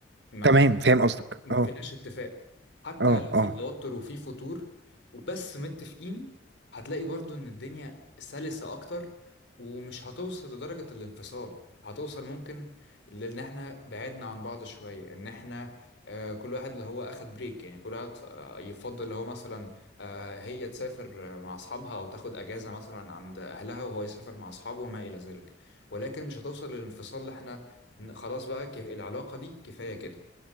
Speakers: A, on the left (about 75°); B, on the right (about 65°).
A: ما
B: تمام
A: حن...
B: فاهم
A: ما
B: قصدك
A: ما
B: اه
A: فيناش اتفاق حتى
B: اه
A: لو
B: اه
A: في توتر وفي فتور وبس متفقين هتلاقي برضو ان الدنيا سلسة اكتر ومش هتوصل لدرجة الانفصال هتوصل ممكن ل- ان احنا بعدنا عن بعض شوية ان احنا آه كل واحد اللي هو اخد بريك يعني كل واحد آه، يفضل اللي هو مثلا آه هي تسافر آه، مع اصحابها او تاخد اجازة مثلا عند اهلها وهو يسافر مع اصحابه وما الى ذلك ولكن مش هتوصل للانفصال اللي احنا ن- خلاص بقى ك- العلاقة دي كفاية كده